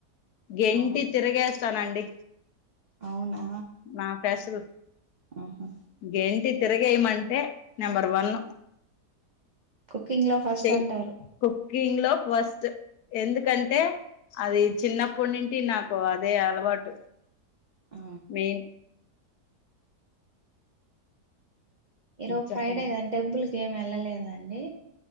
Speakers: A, on the left (about 75°); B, on the right (about 60°).
A: గెంటి
B: అవును
A: చేస్తానండి
B: అవునా
A: మా ఫ్యాసలు
B: ఆహా
A: గెంటి తిరగేయమంటే నెంబర్ వన్
B: కింగ్ లో ఫస్ట్
A: చెయ్యి
B: అంటారు
A: కుకింగ్ లో ఫస్ట్ ఎందుకంటే అది చిన్నప్పటి నుడి నాకు అదే అలవా పాటు
B: ఆ
A: మెయిన్
B: ఇ రో
A: చెప్పండి
B: ఫ్రైడే కదా టెంపుల్కి ఏమి వెళ్ళలేదా అండి